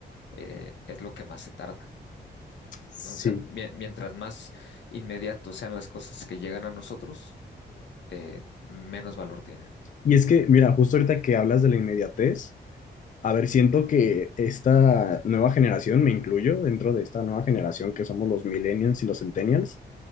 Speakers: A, on the left; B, on the left.
A: eh, es lo que más se tarda.
B: Sí.
A: ¿no? O sea, mie- mientras más inmediatos sean las cosas que llegan a nosotros, eh, menos valor tienen.
B: Y es que, mira, justo ahorita que hablas de la inmediatez, a ver, siento que esta nueva generación, me incluyo dentro de esta nueva generación que somos los millennials y los centennials,